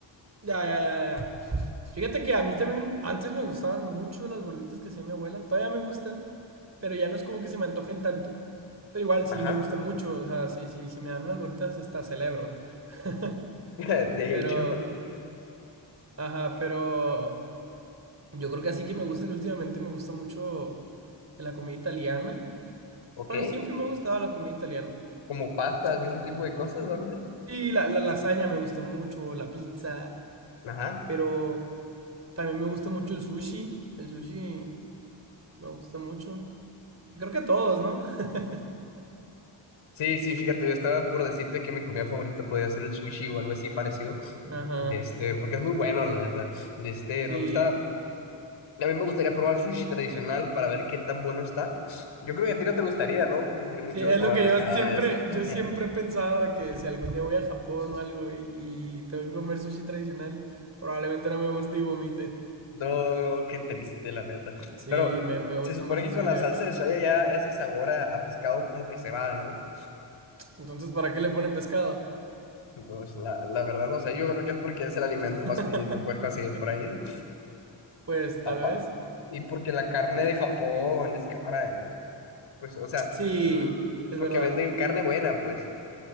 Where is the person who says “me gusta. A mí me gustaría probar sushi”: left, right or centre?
Left